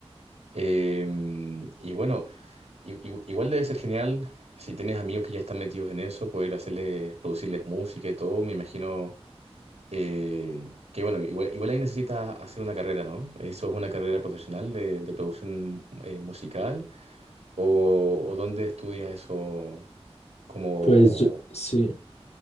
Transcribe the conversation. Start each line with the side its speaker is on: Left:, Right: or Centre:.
Right: Eh, y bueno, i- i- igual debe ser genial si tienes amigos que ya están metidos en eso, poder hacerles, producirles música y todo. Me imagino eh, que, bueno, igual, igual ahí necesitas hacer una carrera, ¿no? ¿Eso es una carrera profesional de, de producción eh, musical? ¿O, o dónde estudias eso? Como,
Left: Pues yo- sí,